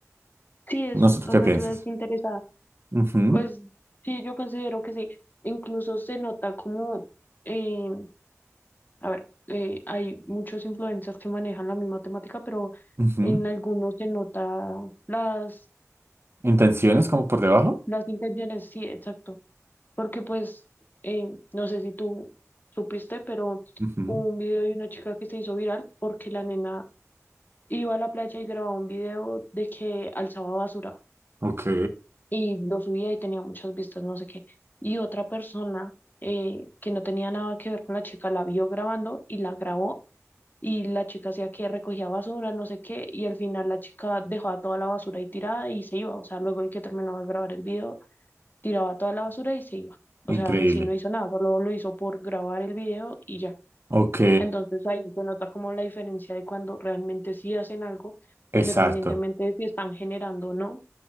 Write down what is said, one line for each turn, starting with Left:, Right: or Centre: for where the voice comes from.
Left: Sí, es
Right: No sé tú
Left: una
Right: qué
Left: ayuda
Right: piensas.
Left: desinteresada.
Right: Ujú,
Left: Pues sí, yo considero que sí. Incluso se nota como, eh, a ver, eh, hay muchos influencers que manejan la misma temática, pero
Right: ujú.
Left: en algunos se nota las,
Right: Intenciones como por debajo.
Left: las intenciones, sí, exacto. Porque pues, eh, no sé si tú supiste, pero
Right: Ujú.
Left: hubo un video de una chica que se hizo viral porque la nena iba a la playa y grababa un video de que alzaba basura
Right: Ok.
Left: y lo subía y tenía muchas vistas, no sé qué. Y otra persona eh, que no tenía nada que ver con la chica la vio grabando y la grabó y la chica hacía que recogía basura, no sé qué, y al final la chica dejaba toda la basura ahí tirada y se iba. O sea, luego de que terminó de grabar el video, tiraba toda la basura y se iba. O
Right: Increíble.
Left: sea, en sí no hizo nada, solo lo hizo por grabar el video y ya.
Right: Ok.
Left: Entonces ahí se nota como la diferencia de cuando realmente sí hacen algo, independientemente
Right: Exacto.
Left: de si están generando o no,